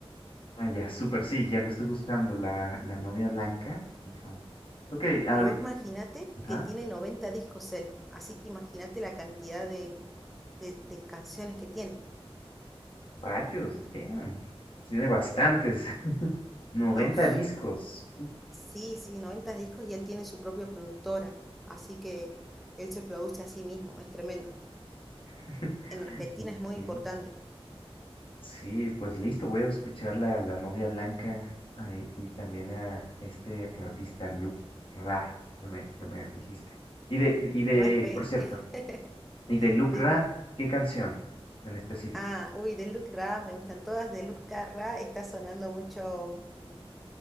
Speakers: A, on the left; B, in the centre.
A: Ah, ya, súper, sí, ya lo estoy buscando, la, la novia blanca. Ujú. Ok, ahori-
B: Pero vos imagínate
A: ajá.
B: que tiene 90 discos él, así que imagínate la cantidad de, de, de canciones que tiene.
A: Rayos, damn. Tiene bastantes, <laughs> noventa
B: Uf,
A: discos.
B: sí, sí, noventa discos y él tiene su propia productora, así que él se produce a sí mismo, es tremendo.
A: <laughs>
B: en Argentina
A: Ok.
B: es muy importante.
A: Sí, pues listo, voy a escuchar la, la novia blanca ay, y también a este artista Luke Ra, que me, que me dijiste. Y de, y de,
B: No es pe...
A: por cierto,
B: <laughs>
A: y de Luke
B: Dime.
A: Ra, ¿qué canción en específico?
B: Ah, uy, de Luz Ra, me gustan todas. De Luz Ra está sonando mucho. mm,